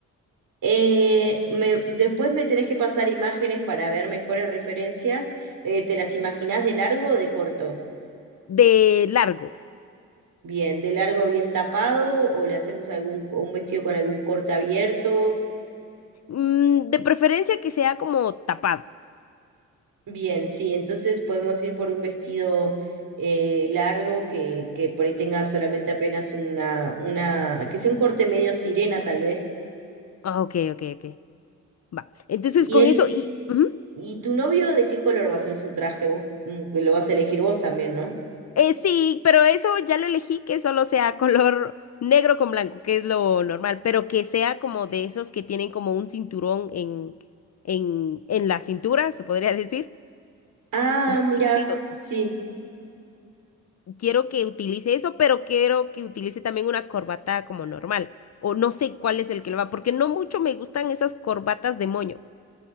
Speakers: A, on the right (about 65°); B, on the left (about 45°).
A: eh, me- después me tenés que pasar imágenes para ver mejores referencias. Eh, ¿te las imaginás de largo o de corto?
B: de largo.
A: Bien, de largo bien tapado o le hacemos algún un vestido con algún corte abierto
B: Mm, de preferencia que sea como tapado.
A: Bien, sí, entonces podemos ir por un vestido eh, largo que, que por ahí tenga solamente apenas una, una, que sea un corte medio sirena tal vez.
B: Ah, ok, ok, ok. Va. Entonces
A: Y
B: con
A: él,
B: eso y... ujú.
A: ¿y tu novio de qué color va a ser su traje vos? Mm, que Lo vas a elegir vos también, ¿no?
B: Eh, sí, pero eso ya lo elegí que solo sea color <laughs> negro con blanco, que es lo normal, pero que sea como de esos que tienen como un cinturón en, en, en la cintura, se podría decir,
A: Ah,
B: como
A: mira,
B: un tuxedo.
A: sí.
B: Quiero que utilice eso, pero quiero que utilice también una corbata como normal, o no sé cuál es el que lo va, porque no mucho me gustan esas corbatas de moño.